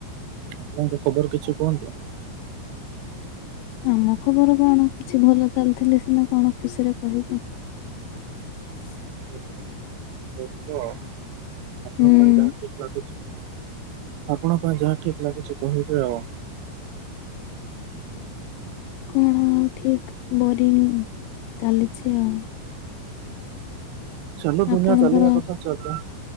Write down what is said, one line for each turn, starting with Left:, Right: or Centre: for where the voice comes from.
Right: ଆପଣଙ୍କ ଖବର କିଛି କୁହନ୍ତୁ।
Left: ହୁଁ ଆମ ଖବର କଣ କିଛି ଭଲ ଚାଲିଥିଲେ ସିନା କଣ ଖୁସିରେ କହିବୁ। <inaudible>
Right: <unintelligible> କରିବ ଆପଣଙ୍କ
Left: ହୁଁ
Right: ପାଇଁ ଯାହା ଠିକ ଲାଗୁଛି ଆପଣଙ୍କ ପାଇଁ ଯାହା ଠିକ୍ ଲାଗୁଛି କହିବେ ଆଉ।
Left: କଣ ଆଉ ଠିକ୍ ବୋରିଂ ଚାଲିଛି ଆଉ।
Right: ଚାଲୁ ଦୁନିଆ
Left: ଆପଣଙ୍କର
Right: ଚାଲିିବା କଥା ଚାଲ